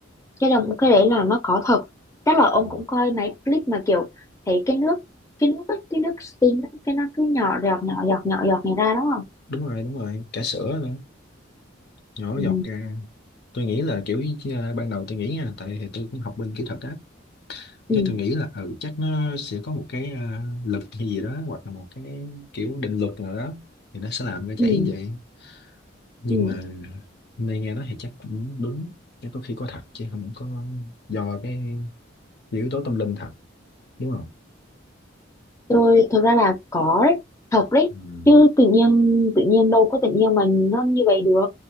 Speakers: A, on the left; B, on the left.
A: cái đồng cái đấy là nó có thật chắc là ông
B: Ừ.
A: cũng coi mấy clip mà kiểu thấy cái nước cái nước ấy, cái nước steam ấy, cái nó cứ nhỏ giọt nhỏ giọt nhỏ giọt này ra đúng không
B: đúng rồi đúng rồi cả sữa nữa nhỏ
A: ừ.
B: giọt ra tôi nghĩ là kiểu à, ban đầu tôi nghĩ nha tại thì tôi cũng học bên kỹ thuật á
A: Ừ.
B: thế tôi nghĩ là ừ chắc nó sẽ có một cái à, lực hay gì đó hoặc là một cái kiểu định luật nào đó thì nó sẽ làm nó chảy
A: Ừ.
B: như vậy nhưng
A: Ừ.
B: mà hôm nay nghe nói thì chắc cũng đúng chắc có khi có thật chứ không có do cái yếu tố tâm linh thật đúng không
A: tôi thực ra là có đấy, thật đấy
B: ừ.
A: chứ tự nhiên tự nhiên đâu có tự nhiên mà nó như vậy được